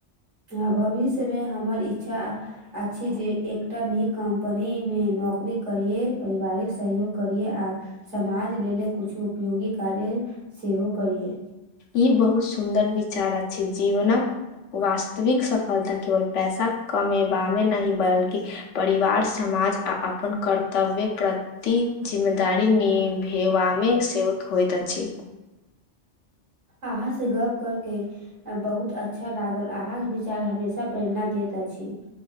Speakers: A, on the right; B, on the left.
A: हँ भविष्यमे हमर इच्छा। अछि जे एकटा नीक कम्पनी मे नौकरी करियै परिवारिक सहयोग करियै आ। समाज लेले कुछु उपयोगी कार्य सेहो करियै।
B: ई बहुत सुन्दर विचार अछि जीवनक। वास्तविक सफलता केवल पैसा कमेबा मे नहि बल्कि। परिवार समाज आ अपन कर्तव्य कर ती जिम्मेदारी निभेवामे से होइत अछि।
A: अहाँ से गप करके। बहुत अच्छा लागल अहाँके विचार हमेशा प्रेरणा दैत अछि।